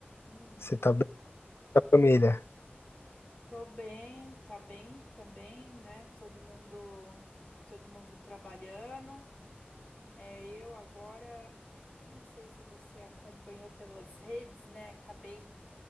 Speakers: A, on the left; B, on the left.
A: hum.
B: Você tá bem com a família?
A: Tô bem, tá bem também, né? Todo mundo, todo mundo trabalhando. É, eu agora, eu não sei se você acompanhou pelas redes, né? Acabei